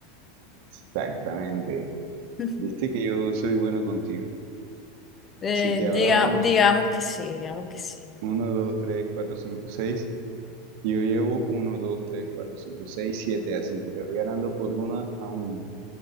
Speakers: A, on the right (about 60°); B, on the left (about 25°).
A: exactamente.
B: <laughs>
A: Viste que yo soy bueno contigo.
B: Eh,
A: Así que
B: diga-
A: ahora vamos
B: digamos que sí, digamos que sí.
A: 1, 2, 3, 4, 5, 6. Yo llevo uno dos tres cuatro cinco seis siete Así que te voy ganando por una a uno.